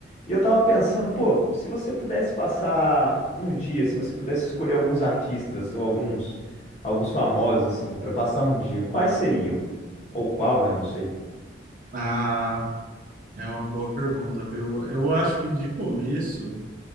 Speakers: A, on the left; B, on the right.
A: E eu tava pensando, pô, se você pudesse passar um dia, se você pudesse escolher alguns artistas ou alguns, alguns famosos, assim, pra passar um dia, quais seriam? Ou qual, né? Não sei.
B: Ah, é uma boa pergunta, viu? Eu acho que de começo,